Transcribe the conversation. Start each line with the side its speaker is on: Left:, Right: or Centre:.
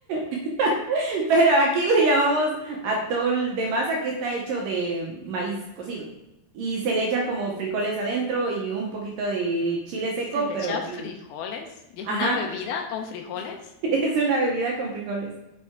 Right: <laughs> pero aquí le llamamos atol de masa que está hecho de maíz cocido y se le echa como frijoles adentro y un poquito de chile seco,
Left: se le
Right: pero
Left: echa
Right: en
Left: frijoles,
Right: agua.
Left: y es
Right: Ajá,
Left: una bebida con frijoles.
Right: <laughs> es una bebida con frijoles.